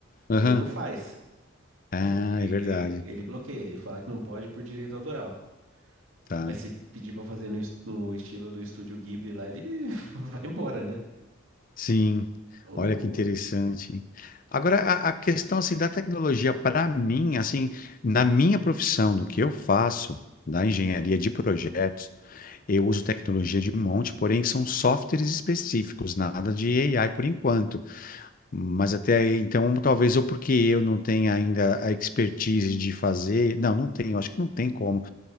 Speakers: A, on the left (about 45°); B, on the right (about 85°).
A: Aham.
B: ele não faz.
A: Ah,
B: Ele,
A: é verdade.
B: ele bloqueia, ele fala que não pode por direito autoral.
A: Tá.
B: Mas se pedir pra fazer no, est- no estilo do estúdio Ghibli lá, ele <laughs> vai embora, né?
A: Sim.
B: O...
A: Olha que interessante. hein? Agora, a, a questão assim da tecnologia para mim, assim, na minha profissão, no que eu faço, da engenharia de projetos, eu uso tecnologia de um monte, porém são softwares específicos, nada de AI por enquanto. Mas até aí, então, talvez eu, porque eu não tenha ainda a expertise de fazer. Não, não tenho, acho que não tem como.